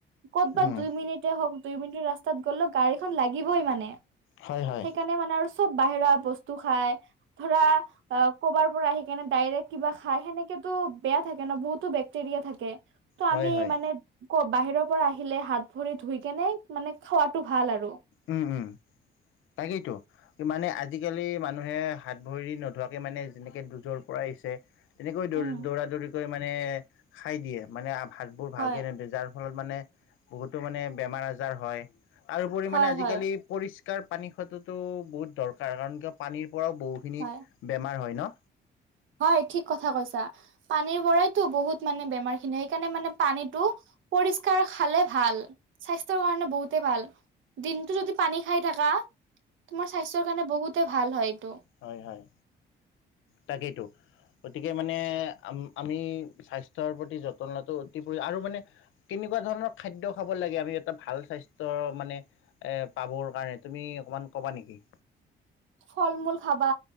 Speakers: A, on the right (about 75°); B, on the left (about 85°).
A: ক'তবা
B: উম
A: দুই মিনিটেই হওক দুই মিনিট ৰাস্তা গলেও গাৰি খন লাগিবই মানে।
B: হয় হয়
A: সেইকাৰণে মানে আৰু চব বাহিৰা বস্তু খাই। ধৰা অ', কবাৰ পৰা আহি কেনে ডাইৰেক কিবা খাই। সেনেকেতো বেয়া থাকে ন' বহুতো বেক্টেৰিয়া থাকে। ত' আমি
B: হয় হয়
A: মানে বাহিৰৰ পৰা আহিলে হাত ভৰি ধুই কেনে মানে খাৱাটো ভাল আৰু।
B: উম, উম, তাকেইতো। কি মানে আজিকালি মানুহে হাত ভৰি নোধোৱাকে মানে যেনেকে দুজৰ পৰা আহিছে। তেনেকৈ দৌ-দৌৰা-দৌৰিকৈ
A: উম
B: মানে খাই দিয়ে মানে। ভাতবোৰ ভালকে
A: হয়
B: নিদিওঁ যাৰ ফলত মানে বহুতো মানে বেমাৰ আজাৰ হয়, তাৰপৰিও
A: হয়
B: মানে আজিকালি
A: হয়
B: পৰিষ্কাৰ পানী খোৱাটোতো বহুত দৰকাৰ, কাৰণ কিয় পানীৰ পৰাও বহুখিনি
A: হয়
B: বেমাৰ হয় ন।
A: হয়, ঠিক কথা কৈছা। পানীৰ পৰাই বহুত মানে বেমাৰ খিনিয়ি সেইকাৰণে মানে পানীতটো পৰিষ্কাৰ খালে ভাল। স্বাস্থ্যৰ কাৰণে বহুতে ভাল, দিনটো যদি পানী খাই থাকা। তোমাৰ স্বাস্থ্যৰ কাৰণে বহুতে ভাল হয় এইটো।
B: হয়-হয়। তাকেইতো গতিকে মানে অ আমি স্বাস্থ্যৰ প্ৰতি যত্ন লোৱাটো অতি প্ৰয়োজন আৰু মানে কেনেকুৱা ধৰণৰ খাদ্য খাব লাগে? আমি এটা ভাল স্বাস্থ্যৰ মানে এ পাবৰ কাৰণে তুমি অকমান কবা নেকি?
A: ফল-মূল খাবা